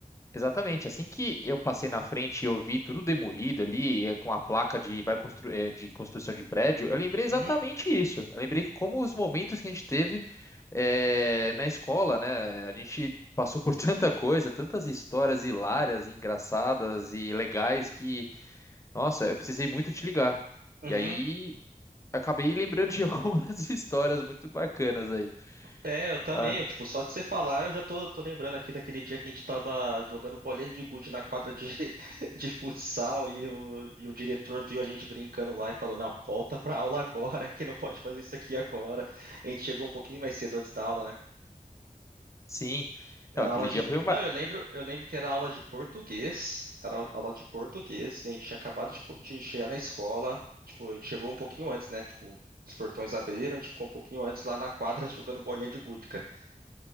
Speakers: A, on the left (about 20°); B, on the right (about 80°).
A: Exatamente. Assim que eu passei na frente e eu vi tudo demolido ali, eh, com a placa de, vai constru eh, de construção de prédio, eu lembrei exatamente
B: Uhum.
A: isso. Eu lembrei que como os momentos que a gente teve eh, na escola, né? A gente passou por <laughs> tanta coisa, tantas histórias hilárias, e engraçadas e legais que, nossa, eu precisei muito te ligar.
B: Uhum.
A: E aí acabei lembrando de <laughs> algumas histórias muito bacanas aí.
B: É, eu também,
A: Ah,
B: eu, tipo, só de você falar, eu já tô, tô lembrando aqui daquele dia que a gente tava jogando bolinha de gude na quadra de, <laughs> de futsal e o, e o diretor viu a gente brincando lá e falou, não, volta pra aula agora, <laughs> que não pode fazer isso aqui agora. A gente chegou um pouquinho mais cedo antes da aula, né?
A: sim.
B: Era
A: Não, aquele
B: aula de...
A: dia foi
B: Não, eu lembro, eu lembro que era aula de português, era aula de português, a gente tinha acabado de, co- de chegar na escola, tipo, a gente chegou um pouquinho antes, né? Tipo, os portões abriram, a gente ficou um pouquinho antes lá na quadra <laughs> jogando bolinha de gude, cara.